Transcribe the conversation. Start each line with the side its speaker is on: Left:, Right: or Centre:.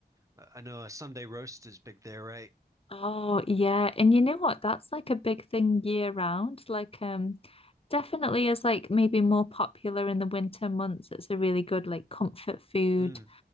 Right: I know a Sunday roast is big there, right?
Left: Oh, yeah. And you know what? That's like a big thing year round. Like, um, definitely is like maybe more popular in the winter months. It's a really good like comfort food.
Right: Mm.